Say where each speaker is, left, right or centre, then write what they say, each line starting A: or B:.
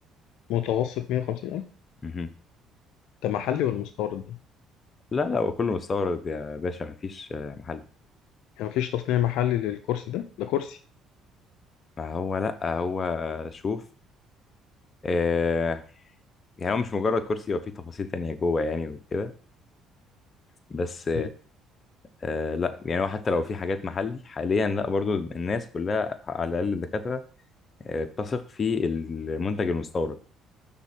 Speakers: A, on the left; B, on the left.
A: متوسط 150 ألف
B: مهم.
A: ده محلي ولا مستورد ده؟
B: لا لا هو كله مستورد يا باشا مفيش آه، محل
A: يعني مفيش تصنيع محلي للكرسي ده؟ ده كرسي
B: ما هو لا هو شوف آه، يعني هو مش مجرد كرسي هو فيه تفاصيل تانية جوه يعني وكده بس
A: مم.
B: آه لا يعني هو حتى لو في حاجات محلي حاليا لا برضو الناس كلها على الأقل الدكاترة آه، بتثق في المنتج المستورد